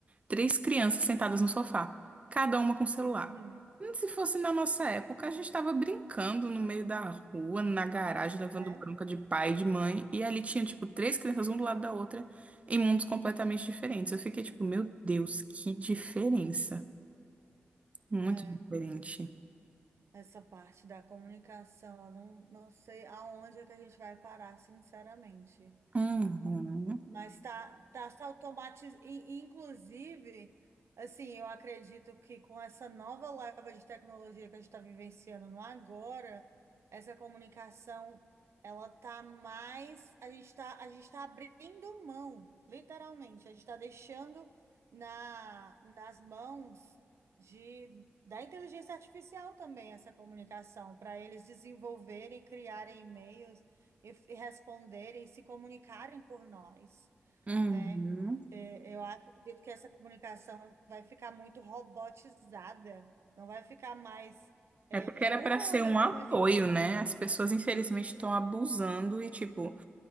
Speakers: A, on the right (about 30°); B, on the right (about 70°).
A: Três crianças sentadas no sofá, cada uma com celular.
B: Uhum.
A: Hum, Se fosse na nossa época, a gente estava brincando no meio da rua, na garagem, levando
B: É,
A: bronca de pai e de mãe, e ali tinha, tipo, três crianças, um do lado da outra, em mundos completamente diferentes. Eu fiquei tipo, meu Deus, que diferença. Muito
B: é.
A: diferente.
B: Essa parte da comunicação, eu não, não sei aonde é que a gente vai parar, sinceramente.
A: Uhum,
B: Ma- Mas tá, tá se automatizando. Inclusive, assim, eu acredito que com essa nova leva de tecnologia que a gente está vivenciando no agora, essa comunicação, ela tá mais. A gente está a gente tá abrindo mão, literalmente. A gente está deixando na, nas mãos de, da inteligência artificial também essa comunicação, para eles desenvolverem e criarem e-mails e, e responderem e se comunicarem por nós,
A: uhum.
B: né? É, Eu acredito que essa comunicação vai ficar muito robotizada, não vai ficar mais é,
A: É porque era
B: é, humana
A: para ser um apoio,
B: como a gente fazia.
A: né? As pessoas, infelizmente, estão abusando e, tipo,